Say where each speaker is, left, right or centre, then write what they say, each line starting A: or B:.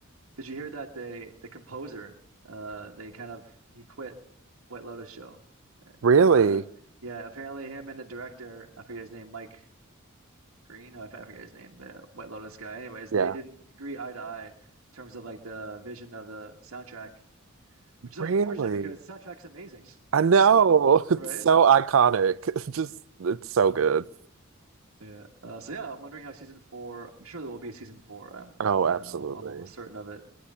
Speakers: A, on the right (about 90°); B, on the right (about 70°).
A: did you hear that they the composer uh, they kind of he quit White Lotus show?
B: Really?
A: Pro, uh, yeah, apparently him and the director, I forget his name, Mike Green, I forget his name, the White Lotus guy. Anyways,
B: Yeah.
A: they didn't agree eye to eye in terms of like the vision of the soundtrack, which is
B: Really?
A: unfortunate because the soundtrack's amazing. <laughs>
B: I know.
A: It's so
B: <laughs> It's
A: right.
B: so iconic. <laughs> It's just, it's so good.
A: Yeah. Uh, so yeah, I'm wondering how season four. I'm sure there will be a season four. I'm
B: Oh,
A: uh,
B: absolutely.
A: I'm almost certain of it.